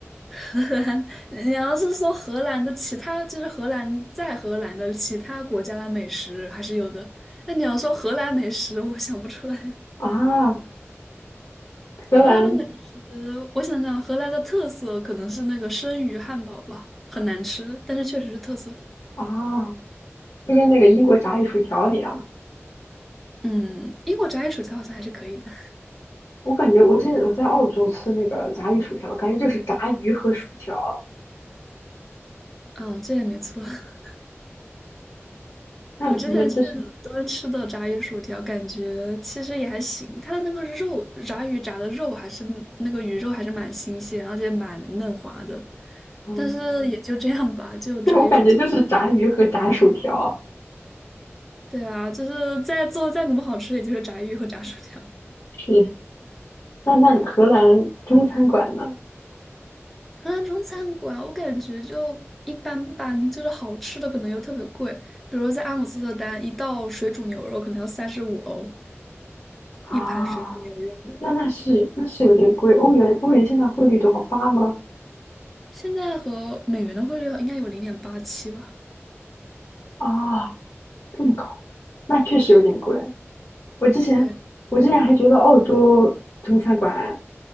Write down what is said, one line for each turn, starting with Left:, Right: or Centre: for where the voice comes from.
Centre: <laughs> 荷兰，<laughs> 你要是说荷兰的其他，就是荷兰在荷兰的其他国家的美食还是有的，那你要说荷兰美食，我想不出来。
Left: 啊，荷兰
Centre: 荷兰的美食，我想想，荷兰的特色可能是那个生鱼汉堡吧，很难吃，但是确实是特色。
Left: 啊，就跟那个英国炸鱼薯条一样。
Centre: 嗯，英国炸鱼薯条好像还是可以的。
Left: 我感觉我之前我在澳洲吃那个炸鱼薯条，感觉就是炸鱼和薯条。
Centre: 嗯，这也没错。<laughs>
Left: 那你们就是，
Centre: 我之前去伦敦吃的炸鱼薯条，感觉其实也还行。它的那个肉，炸鱼炸的肉还是那个鱼肉还是蛮新鲜，而且蛮嫩滑的。
Left: 嗯，
Centre: 但是也就这样吧，就炸鱼薯条。
Left: <laughs> 对，我感觉就是炸鱼和炸薯条。
Centre: 对啊，就是再做再怎么好吃，也就是炸鱼和炸薯条。
Left: 是，那那荷兰中餐馆呢？
Centre: 荷兰中餐馆我感觉就一般般，就是好吃的可能又特别贵。比如说在阿姆斯特丹，一道水煮牛肉可能要三十五欧
Left: 啊，
Centre: 一盘水煮牛肉。
Left: 那那是那是有点贵，欧元欧元现在汇率多少？八吗？
Centre: 现在和美元的汇率应该有零点八七吧？
Left: 啊，这么高，那确实有点贵。我之前我之前还觉得澳洲中餐馆
Centre: 对，